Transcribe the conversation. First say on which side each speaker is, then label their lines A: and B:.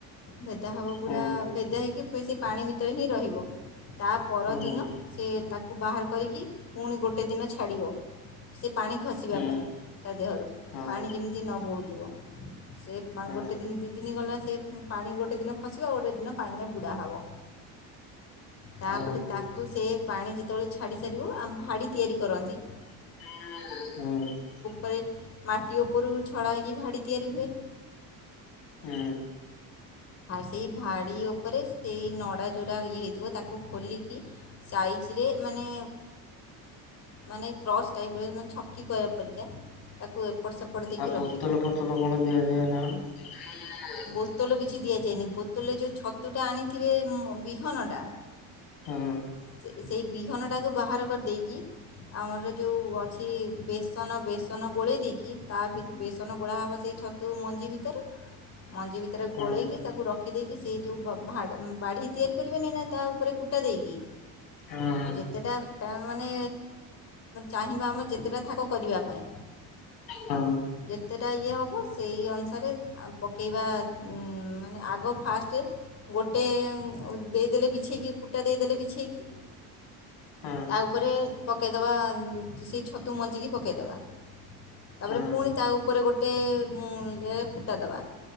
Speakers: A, on the left (about 40°); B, on the left (about 65°).
A: ଭେଦା ହବ ପୁରା
B: ହୁଁ ହୁଁ
A: ଭେଦା ହେଇକି ବେଶୀ ପାଣି ଭିତରେ ହିଁ ରହିବ। ତା ପରଦିନ
B: ହୁଁ
A: ସେ ତାକୁ କୁ ବାହାର କରିକି ପୁଣି ଗୋଟେ ଦିନ ଛାଡ଼ିବ। ପାଣି ଖସିବା
B: ହୁଁ
A: ପାଇଁ ତା ଦେହରୁ
B: ହଁ।
A: ପାଣି ଯେମିତି ନ ବହୁତ ଯୁଆ ସେ
B: ହଁ
A: ଗୋଟେ ଦିନ ଦୁଇ ଦିନ ଗଲା ସେ ପାଣି ଗୋଟେ ଦିନ ଖସିବ ଗୋଟେ ଦିନ ପାଣିରେ ବୁଡ଼ା ହେବ ତାପରେ
B: ହୁଁ ହୁଁ
A: ତାକୁ ସେ ପାଣି ଯେ ଯେତେବେଳେ ଛାଡ଼ି ସାରିବୁ ଆମ ଭାଡ଼ି ତିଆରି କରନ୍ତି।
B: ହଁ।
A: ରେ ମାଟି ଉପରୁ ଛଡ଼ା ହେଇକି ଭାଡ଼ି ତିଆରି ହୁଏ।
B: ହୁଁ।
A: ସେଇ ଭାଡ଼ି ଉପରେ ସେଇ ନଡ଼ା ଯୋଟା ଇଏ ହେଇଥିବ ତାକୁ ଖୋଲିକି ସାଇଜରେ ମାନେ ମାନେ କ୍ରସ୍ ଟାଇପ୍ରେ କଲା ପରିକା ତାକୁ ସେପଟ ଦେଇକି
B: ଆଉ
A: ରଖିବ
B: ବୋତଲ ଫୋତଲ କଣ ଦିଆଯଏ ନା କଣ
A: ବୋତଲ କିଛି ଦିଆଯାଇନି ବୋତଲରେ ଯେଉଁ ଛତୁଟା ଆଣିଥିବେ ବିହନଟା
B: ହଁ
A: ସେ ସେଇ ବିହନଟାକୁ ବାହାର କରିଦେଇକି ଆମର ଯେଉଁ ଅଛି ବେସନ ବେସନ ଗୋଳେଇ ଦେଇକି ତା ବେସନ ଗୋଳା ହେବ ସେଇ ଛତ ତୁ ମଞ୍ଜି ଭିତରେ ମଞ୍ଜି ଭିତରେ ଗୋଳେଇକି
B: ହଁ
A: ତାକୁ ରଖିଦେଇକି କି ସେଇ ଯେଉଁ ଭ ଭା ଭାଡା ବାଢ଼ି ତିଆରି କରିବେନି ନା ତା ଉପରେ କୁଟା ଦେଇକି
B: ହଁ
A: ଯେତେଟା ମାନେ ଚାହିଁବା ଆମେ ଯେତେଟା ଥାକ କରିବା ପାଇଁ
B: ହଁ
A: ଯେତେଟା ଇଏ ହ ସେଇ ଅନୁସାରେ ପକେଇବା ମାନେ ଆଗ ଫାଷ୍ଟ ଗୋଟେ ଦେଇଦେଲେ ବିଛେଇକି କୁଟା ଦେଇଦେଲେ ବିଛେଇକି
B: ହଁ
A: ତା ଉପରେ ପକାଇଦବା ସେଇ ଛତୁ ମଞ୍ଜିିକି ପକାଇଦବା ତାପରେ
B: ହଁ
A: ପୁଣି ତା ଉପରେ ଗୋଟେ ମୂଳରେ କୁଟାଦବା।